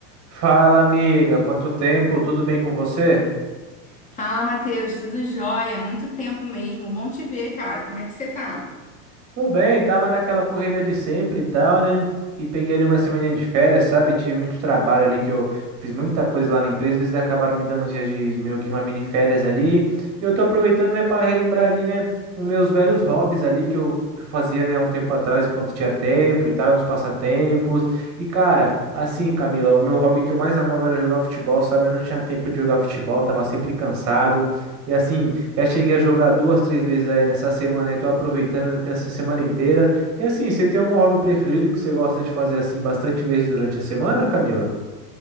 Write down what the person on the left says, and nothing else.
Fala, Matheus, tudo jóia? Muito tempo mesmo. Bom te ver, cara. Como é que você tá?